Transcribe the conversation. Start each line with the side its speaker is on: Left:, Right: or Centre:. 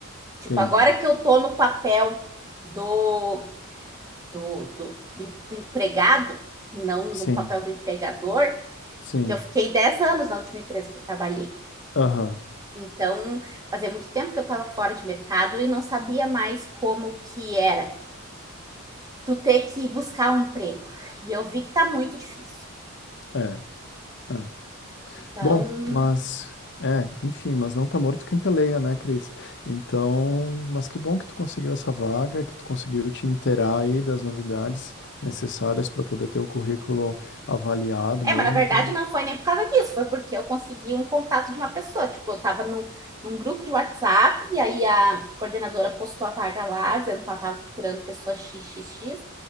Right: Tipo,
Left: Entendi.
Right: agora que eu tô no papel do, do, do, do, do empregado, e não
Left: Sim,
Right: no papel do empregador,
Left: sim.
Right: porque eu fiquei 10 anos na última empresa que eu trabalhei.
Left: Aham.
Right: Então, fazia muito tempo que eu estava fora de mercado e não sabia mais como que era tu ter que buscar um emprego. E eu vi que tá muito difícil.
Left: É. é.
Right: Então,
Left: Bom, mas. É, enfim, mas não tá morto quem peleia, né, Cris? Então, mas que bom que tu conseguiu essa vaga, que tu conseguiu te inteirar aí das novidades necessárias para poder ter o currículo avaliado
Right: É,
Left: mesmo,
Right: mas na verdade
Left: tendo.
Right: não foi nem por causa disso, foi porque eu consegui um contato de uma pessoa. Tipo, eu tava no, num grupo de WhatsApp, e aí a coordenadora postou a vaga lá, dizendo que ela tava procurando pessoa XXX,